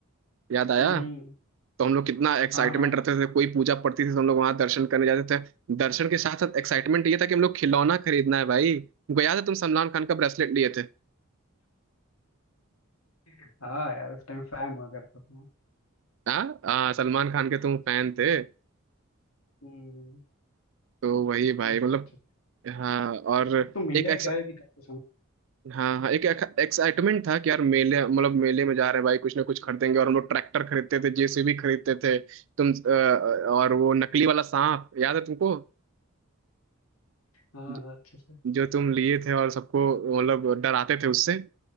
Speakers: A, on the right; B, on the left.
A: याद आया
B: हम्म हम्म,
A: तो हम लोग कितना एक्साइटमेंट
B: हाँ हाँ
A: रहते थे कोई पूजा पड़ती थी तो हम लोग वहां दर्शन करने जाते थे दर्शन के साथ साथ एक्साइटमेंट ये था कि हम लोग खिलौना खरीदना है भाई तुमको याद है तुम सलमान खान का ब्रेसलेट लिए थे
B: हाँ यार उस टाइम फैन हुआ करता था
A: हाँ हाँ सलमान खान के तुम फैन थे
B: हम्म
A: तो वही भाई
B: नहीं, सच
A: मतलब
B: में।
A: हाँ और
B: अब तो मेले
A: एक एक्स
B: गए भी काफी समय
A: हाँ हाँ एक एक्साइटमेंट था कि यार मेले मतलब मेले में जा रहे हैं भाई कुछ ना कुछ खरीदेंगे और हम लोग ट्रैक्टर खरीदते थे जेसीबी खरीदते थे तुम अ, और वो नकली वाला सांप याद है तुमको
B: हाँ
A: ज-
B: हाँ, अच्छे से
A: जो तुम लिए थे और सबको मतलब डराते थे उससे